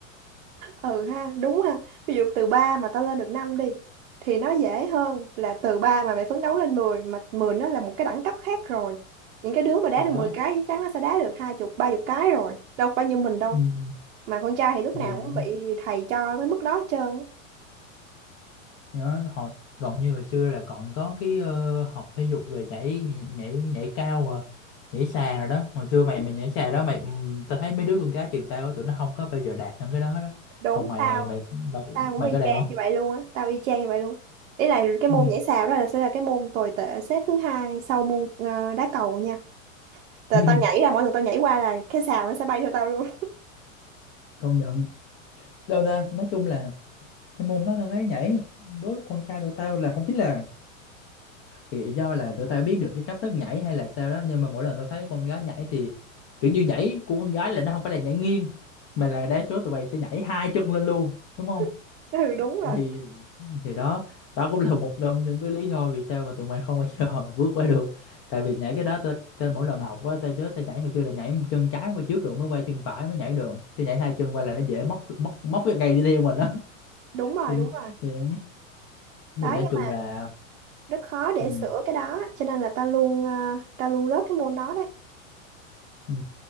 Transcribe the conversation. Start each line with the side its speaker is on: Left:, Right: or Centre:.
Right: ừ ha đúng ha ví dụ từ 3 mà tao lên được 5 đi thì nó dễ hơn là từ 3 mà mày phấn đấu lên mười mà 10 nó là một cái đẳng cấp khác rồi những cái đứa mà đá
Left: thì
Right: được
Left: đó
Right: 10 cái chắc chắn nó sẽ đá được hai chục ba chục cái rồi đâu phải như mình đâu
Left: ừ.
Right: mà con trai thì lúc
Left: thì
Right: nào
Left: đó
Right: cũng bị thầy cho cái mức đó hết trơn á.
Left: nhớ hồi còn như hồi xưa là còn có cái ờ, học thể dục về nhảy nhảy nhảy cao à nhảy xà rồi đó hồi xưa mày mày nhảy xà đó mày ừm, tao thấy mấy đứa con gái trường tao á, tụi nó không có bao giờ đạt được cái đó đó
Right: đúng
Left: còn mày
Right: tao
Left: mày mày mày,
Right: tao cũng
Left: mày
Right: y
Left: có đạt
Right: chang
Left: không
Right: như vậy luôn á tao y chang như vậy luôn ý là cái môn
Left: Ừ.
Right: nhảy sào đó là sẽ là cái môn tồi tệ xếp thứ hai sau môn ờ, đá cầu nha là
Left: <laughs>
Right: tao nhảy là mỗi lần tao nhảy qua là cái sào nó sẽ bay theo tao luôn
Left: công nhận đâu ra nói chung là cái môn đó tao thấy nhảy đối với con trai tụi tao là không biết là Thì do là tụi tao biết được cái cách thức nhảy hay là sao đó nhưng mà mỗi lần tao thấy con gái nhảy thì kiểu như nhảy của con gái là nó không phải là nhảy nghiêng mà là đa số tụi bay sẽ nhảy hai chân lên luôn đúng không
Right: <laughs> ừ đúng rồi
Left: thì thì đó đó cũng là một trong những cái lý do vì sao mà tụi mày không bao giờ <laughs> bước qua được tại vì nhảy cái đó tao, tao mỗi lần học á tao nhớ tao nhảy hồi xưa là nhảy chân trái qua trước rồi mới qua chân phải mới nhảy được thì nhảy hai chân qua là nó dễ móc móc móc cái cây đi theo mình đó <laughs>
Right: đúng rồi
Left: tôi
Right: đúng rồi
Left: thì, thì
Right: đó
Left: nói
Right: nhưng
Left: chung
Right: mà
Left: là
Right: rất khó để
Left: ừ.
Right: sửa cái đó cho nên là tao luôn ờ, tao luôn rớt cái môn đó đấy
Left: Ừ.